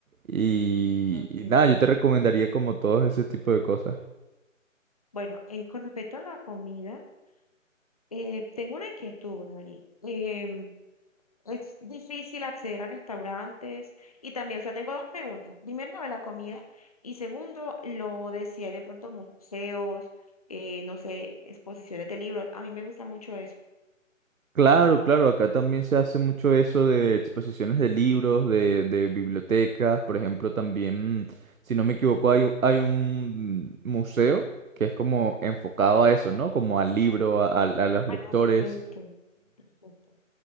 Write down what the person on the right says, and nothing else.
Y,
y nada, yo te recomendaría como todos ese tipo de cosas.
Claro, claro, acá también se hace mucho eso de exposiciones de libros, de, de bibliotecas, por ejemplo, también, si no me equivoco, hay, u- hay un museo que es como enfocado a eso, ¿no? Como al libro, a, a- a los
lectores.